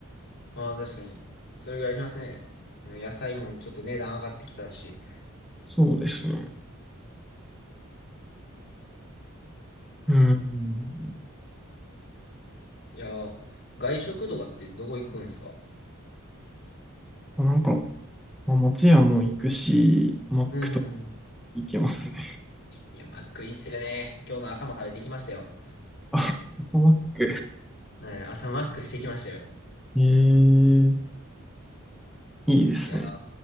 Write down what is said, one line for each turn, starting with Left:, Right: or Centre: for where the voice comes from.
Left: ああ、確かに。それぐらいしますね。うん野菜もちょっと値段上がってきたし。
Centre: そうですね。うん。
Left: いやー、外食とかってどこ行くんですか
Centre: まあ、なんか、まあ、松屋も行くし、マックとか
Left: うんうんうん。
Centre: 行けますね。
Left: いや、マックいいっすよね。今日の朝も食べてきましたよ。
Centre: <laughs> あ、朝マック。
Left: はい、朝マックしてきましたよ。
Centre: ええいいですね。
Left: いやー、